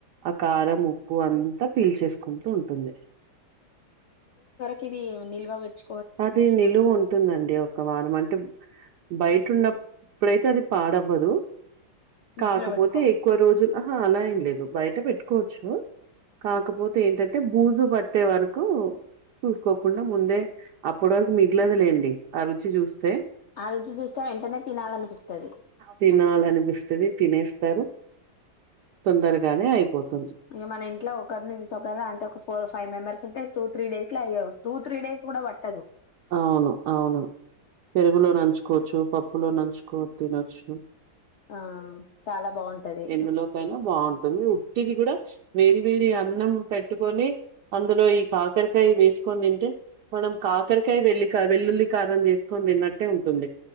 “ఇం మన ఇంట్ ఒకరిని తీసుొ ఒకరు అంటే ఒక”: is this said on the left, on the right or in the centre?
Left